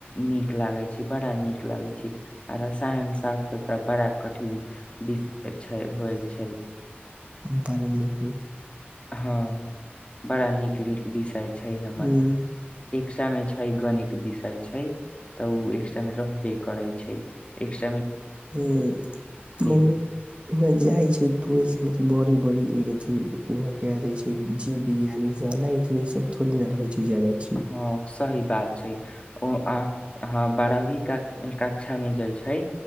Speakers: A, on the left (about 30°); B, on the right (about 30°).
A: नीक लागैत छैय बड़ा नीक लागैत छैय आ रसायन शास्त्र तऽ बड़ा कठिन विषय छैय होल छैय। <unintelligible>
B: बाड़मी में। <unintelligible>
A: हँ बड़ा नीक- नीक विषय। <unintelligible> छै हमर
B: उम्म
A: एक। <unintelligible> शिक्षा मे छैय गणित विषय छैय। <unintelligible> त ओ एक्ट्रा में रहबे करै छैय। <unintelligible> छैय एक। <unintelligible>
B: ह <unintelligible> त वह
A: ले
B: जाइ छैय। तुर सब मतब बड़ी ब-ड़ी ई अथी वह जाय छै जीव विज्ञान इ सब नाइंथ में ई सब। <unintelligible> थोड़ी ना रहै छी, जादा छी।
A: हँ सही बात छै ओ आ अहाँ बारहवी क कक्षा मे जाय छै।